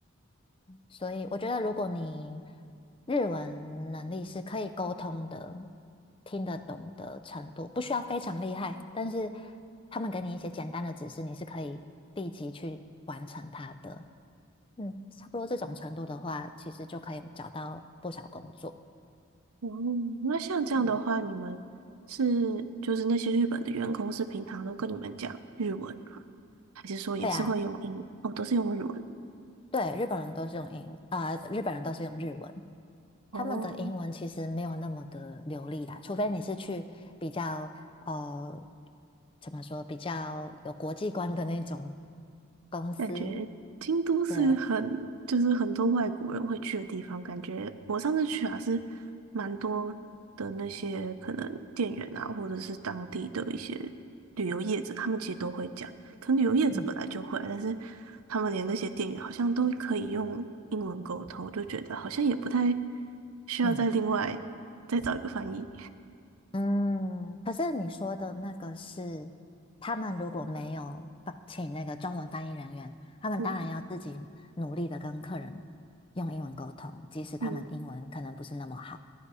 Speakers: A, on the left (about 25°); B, on the right (about 80°).
A: 所以我觉得，如果你日文能力是可以沟通的、听得懂的程度，不需要非常厉害，但是他们给你一些简单的指示，你是可以立即去完成它的。嗯，差不多这种程度的话，其实就可以找到不少工作。
B: 哦，那像这样的话，
A: 嗯，
B: 你们是就是那些日本的员工是平常都跟你们讲日文吗？还是说也是会用英文？
A: 对啊，
B: 哦，都是用日文。
A: 对，日本人都是用英，啊、日本人都是用日文。他们的英文其实没有那么的流利啦，
B: 哦，
A: 除非你是去比较呃，怎么说，比较有国际观的那种公司。
B: 感觉京都是很，
A: 对，
B: 就是很多外国人会去的地方。感觉我上次去啊，是蛮多的那些可能店员啊，或者是当地的一些旅游业者，他们其实都会讲。可能旅游业者本来就会啊但是
A: 嗯
B: 他们连那些店员好像都可以用英文沟通，我就觉得好像也不太需要再另外再找一个翻译。
A: 嗯。嗯，可是你说的那个是，他们如果没有帮请那个中文翻译人员，他们当然要自己努力的跟客人
B: 嗯
A: 用英文沟通，即使他们英文可能不是那么好。
B: 嗯